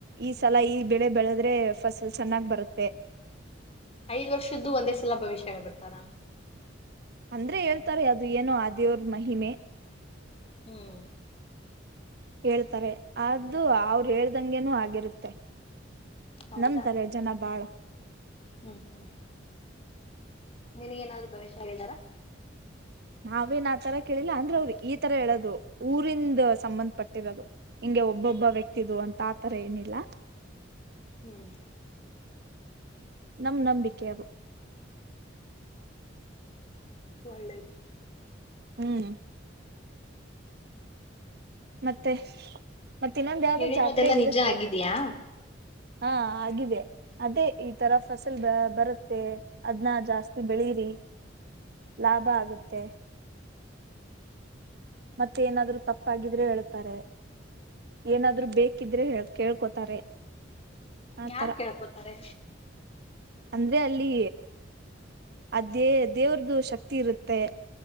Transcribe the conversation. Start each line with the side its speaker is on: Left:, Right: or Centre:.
Right: ಈ ಸಲ ಈ ಬೆಳೆ ಬೆಳೆದ್ರೆ ಫಸಲ್ ಚೆನ್ನಾಗ್ ಬರತ್ತೆ
Left: ಐದ್ ವರ್ಷದ್ದು ಒಂದೇ ಸಲ ಭವಿಷ್ಯ ಹೇಳೇಳ್ಬಿಡ್ತಾರ
Right: ಅಂದ್ರೆ ಹೇಳ್ತಾರೆ ಅದು ಏನೋ ಆದ ದೇವ್ರ ಮಹಿಮೆ
Left: ಹ್ಮ್
Right: ಹೇಳ್ತಾರೆ ಅದು ಅವರು ಹೇಳ್ದಂಗೆನೂ ಆಗಿರುತ್ತೆ
Left: ಹೌದಾ
Right: ನಮ್ತಾರೆ ಜನ ಬಾಳ
Left: ಹ್ಮ್ ಹ್ಮ್ ನಿನಗ್ ಏನಾದ್ರು ಭವಿಷ್ಯ ಹೇಳಿದಾರಾ
Right: ನಾವೇನ್ ಆ ತರ ಕೇಳಿಲ್ಲ ಅಂದ್ರ ಅವ್ರಿ ಈ ತರ ಹೇಳೋದು ಊರಿಂದ ಸಂಬಂಧ ಪಟ್ಟಿರೋದು ಹಿಂಗೆ ಒಬ್ಬೊಬ್ಬ
Left: ಹ್ಮ್
Right: ವ್ಯಕ್ತಿದು ಅಂತ ಆ ತರ ಏನಿಲ್ಲ
Left: ಹ್ಮ್
Right: ನಮ್ ನಂಬಿಕೆ ಅದು
Left: ಒಳ್ಳೇದು
Right: ಹ್ಮ್ ಮತ್ತೆ ಮತ್ತ ಇನ್ನೊಂದ ಯಾವ್ದ
Left: ಹೇಳಿರೋದೆಲ್ಲಾ
Right: ಜಾತ್ರೆ ಇರುತ್ತೆ
Left: ನಿಜ ಆಗಿದಯಾ
Right: ಹಾ ಆಗಿದೆ ಅದೇ ಈ ತರ ಫಸಲ್ ಬ ಬರುತ್ತೆ ಅದನ್ನ ಜಾಸ್ತಿ ಬೆಳಿರಿ ಲಾಭ ಆಗತ್ತೆ ಮತ್ತೆ ಏನಾದ್ರು ತಪ್ಪಾಗಿದ್ರೆ ಹೇಳ್ತಾರೆ ಏನಾದ್ರು ಬೇಕಿದ್ರೆ ಕೇಳ್ಕೋತಾರೆ ಆತರ
Left: ಯಾರ್ು ಕೇಳ್ಕೊತಾರೆ
Right: ಅಂದ್ರೆ ಅಲ್ಲಿ ಅ ದೇ ದೇವ್ರ್ದು ಶಕ್ತಿ ಇರುತ್ತೆ